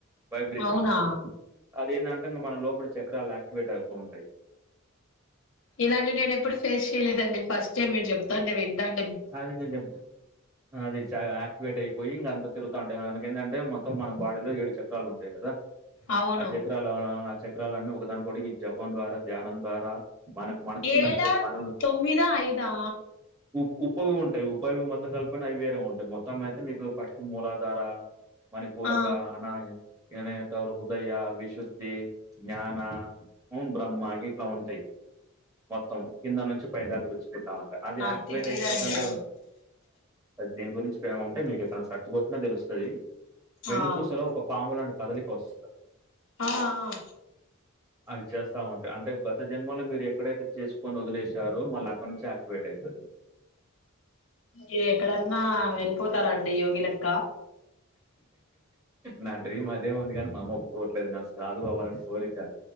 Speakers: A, on the right; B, on the left.
A: వైబ్రేషన్
B: అవునా
A: అదేందం అంగా మన లోపలి చక్రాలు యాక్టివేట్ అవుతూ ఉంటాయి
B: ఇలాంటివి నేను ఎప్పుడు ఫేస్ చెయలేదండి ఫస్ట్ టైమ్ మీరు చెప్తాంట వింటం
A: అది కొంచం అది చ ఆక్టివేట్ అయిపోయి ఇంగ అంత తరుతా ఉంటది మనకి ఏందంటే మొత్తం మన బాడీలో ఏడు చక్రాలు ఉంటాయి కదా
B: అవును
A: ఆ చక్రాలూ ఆ చక్రా లన్నీ ఒకొ దానికోకటి ఈ జపం ద్వారా ధ్యానం ద్వారా మనకు మనసుకున్నచ్చె
B: ఏడా
A: పనులు
B: తొమ్మిదా ఐదా
A: ఉ ఉపవి ఉంటాయి ఉపవి మొత్తం కలుపుకుంటే అవి వేరే ఉంటయి మొత్తం అయితే మీకు ఫస్ట్ మూలాధార మణిపూరక
B: ఆ
A: అనాహ వినయత హృదయ విశుద్ధి జ్ఞాన బ్రహ్మ ఇట్లా ఉంటయి మొత్తం కింద నుంచి పై దాగ విడిచి పెట్టామ అది
B: నాకు
A: యాక్టివేట్
B: తెలీదండి
A: అయిపోతుంటే దీని గురించి ఉంటే మీకు ఎక్కడ స ర్చ్ కొట్టిన తెలుస్తుంది వెన్ను
B: ఆ
A: పూసలో ఒక పాము లాంటి కదలికి వస్తది
B: ఆ ఆ
A: అవి చేస్తా ఉంటె అంటే గత్ త జన్మలో మీరు ఎక్కడైతే చేసుకొని వదిలేసారో మళ్ళీ అక్కడ నుంచి యాక్టివేట్ అయితాది
B: మీరు ఎక్కడన్నా వెళ్ళిపోతారండి యోగిలక్
A: నా డ్రీమ్ అదేఉంది కానీ మాఅమ్మ ఒప్పుకోవట్లేదు నాకు సాధువు అవ్వాలని కోరిక